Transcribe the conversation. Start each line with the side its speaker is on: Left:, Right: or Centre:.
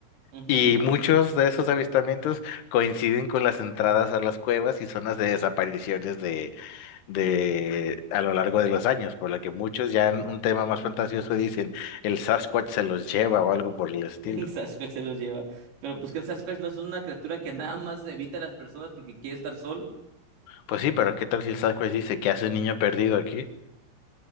Right: Ujú.
Left: Y muchos de esos avistamientos coinciden con las entradas a las cuevas y zonas de desapariciones de, de a lo largo de los años, por lo que muchos ya en un tema más fantasioso dicen el Sasquatch se los lleva o algo por el
Right: <laughs>
Left: estilo.
Right: El Sasquatch se los lleva. Pero pues que el Sasquatch no es una criatura que nada más evita a las personas porque quiere estar solo.
Left: Pues sí, pero ¿qué tal si el Sasquatch dice que hace un niño perdido aquí?